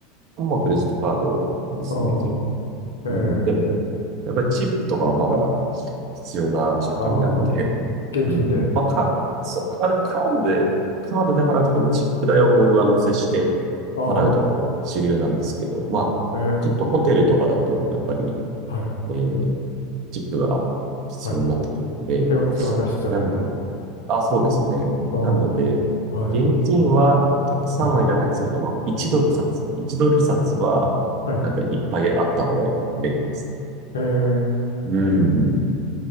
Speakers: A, on the right; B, on the left.
A: う、もうクレジットカードですね、
B: ああ。
A: 基本うん、でも、
B: ええ
A: やっぱりチップとかはまだ必要な社会なので、
B: ああ、現金で。
A: うん、まあ、か、そ、あ、でもカードで、カードで払うときもチップ代をこう上乗せして
B: ああ、
A: 払うとかが主流なんですけど、まあ、
B: ええ
A: ちょっとホテルとかだと、やっぱり、
B: はい、
A: えーチップが必要になってくるんで、
B: はい。手わ、手渡しじゃないと。
A: なんで、あ、そうですね。
B: ああ、
A: なので、
B: はい、
A: 現金はたくさんはいらないんですけど、
B: はい、
A: あの、1ドル札、1ドル札は、
B: はい。
A: なんかいっぱいあった方が便利ですね
B: ええ
A: うん。